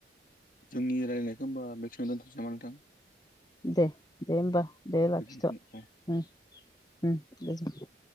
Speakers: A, on the left (about 50°); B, on the left (about 20°).
A: जोंनि रायलायनायखौ होमबा बेखिनियावनो दोनथ'सै नामा नोंथां?
B: दे दे होमबा दे लाखिथ'
A: गोजोन्थों अ
B: गोजोनथों।